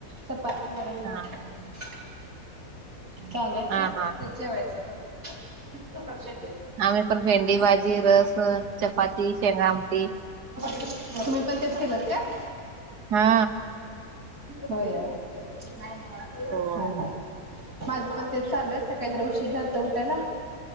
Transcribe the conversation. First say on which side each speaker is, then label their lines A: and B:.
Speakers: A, on the right; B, on the right.
A: चपाती, वरण, भात.
B: हा
A: चालू आता
B: हा हा
A: ते जेवायचं करतोय <inaudible> तीन चपाती
B: आम्ही पण भेंडी भाजी रस चपाती शेंगा आमटी
A: किती चे तुम्ही पण तेच केलत काय
B: हा
A: होय या. <unintelligible> नाय नाय
B: हो
A: हा, हा माझं पण तेच चाललोय सकाळी जरा उशीर झालत उठाला